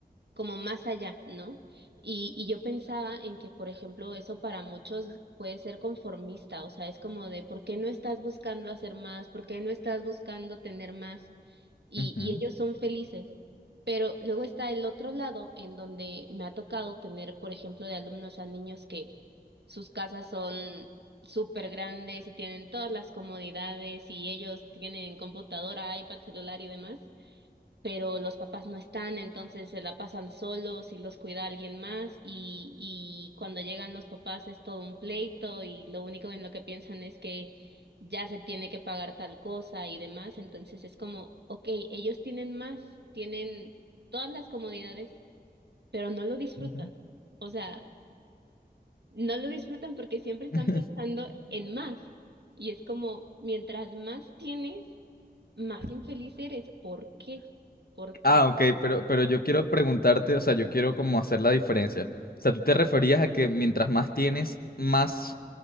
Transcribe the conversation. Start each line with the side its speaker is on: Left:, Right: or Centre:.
Right: como más allá, ¿no? Y, y yo pensaba en que, por ejemplo, eso para muchos puede ser conformista, o sea, es como de, ¿por qué no estás buscando hacer más? ¿Por qué no estás buscando tener más? Y,
Left: ujú,
Right: y ellos son felices. Pero luego está el otro lado, en donde me ha tocado tener, por ejemplo, de alumnos a niños que sus casas son súper grandes y tienen todas las comodidades y ellos tienen computadora, iPad, celular y demás pero los papás no están, entonces se la pasan solos y los cuida alguien más y, y cuando llegan los papás es todo un pleito y lo único en lo que piensan es que ya se tiene que pagar tal cosa y demás, entonces es como, ok, ellos tienen más, tienen todas las comodidades, pero no lo disfrutan,
Left: ujú.
Right: o sea, no lo disfrutan porque siempre están
Left: <laughs>
Right: pensando en más y es como, mientras más tienes, más infeliz eres, ¿por qué? ¿Por qué?
Left: Ah, ok, pero, pero yo quiero preguntarte, o sea, yo quiero como hacer la diferencia. O sea, ¿tú te referías a que mientras más tienes, más,